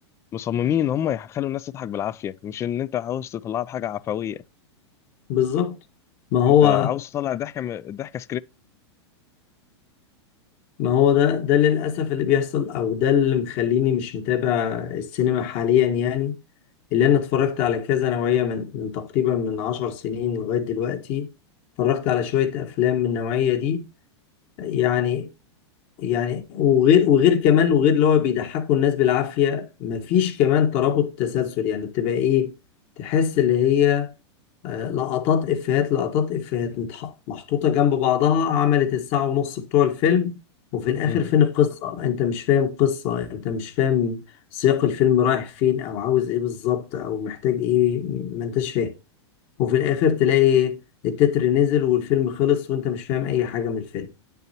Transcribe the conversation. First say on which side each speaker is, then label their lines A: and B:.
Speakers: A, on the left; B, on the left.
A: مصممين ان هم يخلوا الناس تضحك بالعافيه مش ان انت عاوز تطلعها بحاجه عفويه
B: بالظبط ما هو
A: انت عاوز تطلع ضحكه ضحكه
B: ما هو ده ده للأسف اللي بيحصل أو ده اللي مخليني مش متابع السينما حاليا يعني اللي أنا اتفرجت على كذا نوعية من من تقريبا من عشر سنين لغاية دلوقتي اتفرجت على شوية أفلام من النوعية دي يعني يعني وغير وغير كمان وغير اللي هو بيضحكوا الناس بالعافية مفيش كمان ترابط تسلسل يعني بتبقى ايه تحس اللي هي آه، لقطات افيهات لقطات افيهات متح- محطوطة جنب بعضها عملت الساعة ونص بتوع الفيلم وفي الاخر
A: مم.
B: فين القصة انت مش فاهم قصة انت مش فاهم سياق الفيلم رايح فين او عاوز ايه بالظبط او محتاج ايه ما انتش فاهم وفي الاخر تلاقي التتر نزل والفيلم خلص وانت مش فاهم اي حاجة من الفيلم